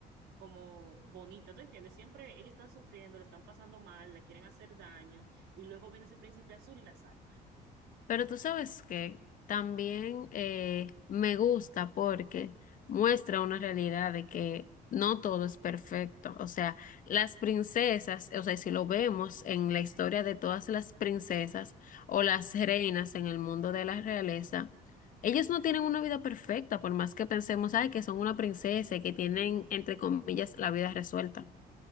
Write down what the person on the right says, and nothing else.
como bonita, ¿tú entiendes? Siempre ellos están sufriendo, le están pasando mal, la quieren hacer daño, y luego viene ese príncipe azul y la salva.